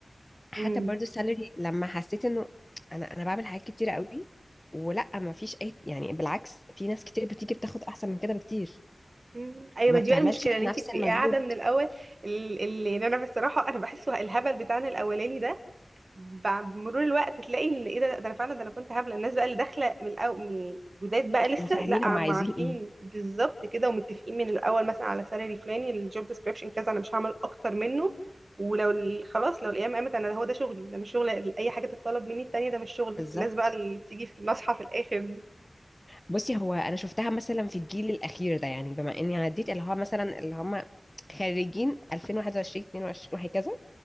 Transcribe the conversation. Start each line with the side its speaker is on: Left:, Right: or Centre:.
Left: حتى
Right: مم.
Left: برضو السالري لما حسيت انه انا انا بعمل حاجات كتيره قوي ولا ما فيش اي يعني بالعكس في ناس كتير بتيجي بتاخد احسن من كده بكتير
Right: مم. ايوه
Left: وما
Right: ما دي
Left: بتعملش
Right: بقى المشكله ان
Left: نفس
Right: انت بتبقي
Left: المجهود
Right: قاعده من الاول ال- ال- يعني انا بصراحه انا بحسه الهبل بتاعنا الاولاني ده بعد مرور الوقت تلاقي ان ايه ده ده انا فعلا ده انا كنت هبله الناس بقى اللي داخله من الاول يعني جداد بقى لسه
Left: وفاهمين
Right: لا
Left: هم
Right: ما
Left: عايزين
Right: عارفين
Left: ايه
Right: بالظبط كده ومتفقين من الاول مثلا على سالري فلاني الجوب ديسكريبشن كذا انا مش هعمل اكتر منه ولو ال- خلاص لو الايام قامت انا هو ده شغلي ده مش شغل اي حاجه تتطلب مني التانيه ده مش شغلي
Left: بالظبط
Right: الناس بقى اللي بتيجي في نصحى في الاخر دي
Left: بصي هو انا شفتها مثلا في الجيل الاخير ده يعني بما اني عديت اللي هو مثلا اللي هم خريجين 2021 22 وهكذا